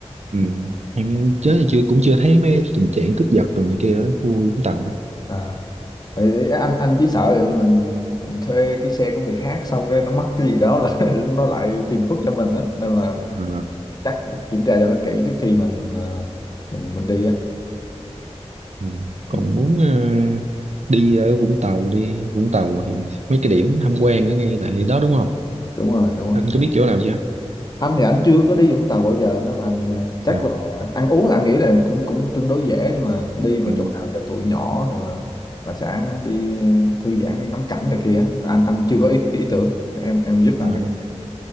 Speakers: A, on the right; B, on the left.
A: ừ, em chớ chưa cũng chưa thấy mấy tình trạng cướp giật rồi này kia ở khu Vũng Tàu đâu
B: à. Thì thì anh anh chỉ sợ ví dụ như mình mình thuê cái xe của người khác xong cái nó mất cái gì đó là <laughs> nó lại phiền phức cho mình đó nên là
A: à,
B: chắc kiểm tra cho nó kỹ trước khi mình ờ, mình mình đi á
A: ừ. còn
B: ừ,
A: muốn ờ, đi ở Vũng Tàu đi Vũng Tàu thì mấy cái điểm tham quan ở ngay tại đó đúng không
B: đúng rồi đúng rồi
A: anh có biết chỗ nào chưa
B: anh thì anh chưa có đi Vũng Tàu bao giờ nên anh ờ, chắc
A: Ừ,
B: là ăn uống là anh nghĩ là cũng cũng tương đối dễ nhưng mà đi mà
A: ừ,
B: chỗ nào cho tụi nhỏ rồi mà, mà sẽ đi thư giãn đi ngắm cảnh này kia anh anh chưa có ý, ý tưởng em em giúp anh
A: ờ,
B: cái này.